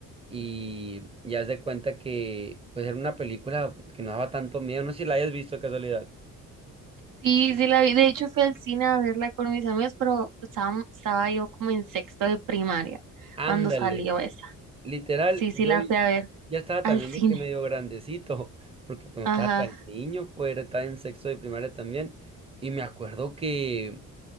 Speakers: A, on the right; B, on the right.
A: y ya haz de cuenta que pues era una película que no daba tanto miedo, no sé si la hayas visto de casualidad.
B: Sí, sí la vi, de hecho fui al cine a verla con mis amigos, pero estaba, estaba yo como en sexto de primaria
A: Ándale,
B: cuando salió esa.
A: literal,
B: Sí, sí
A: yo
B: la
A: y-
B: fui a ver
A: ya estaba
B: al
A: también
B: cine.
A: de que medio grandecito, porque pues no
B: Ajá.
A: estaba tan niño, pues era- estaba en sexto de primaria también, y me acuerdo que,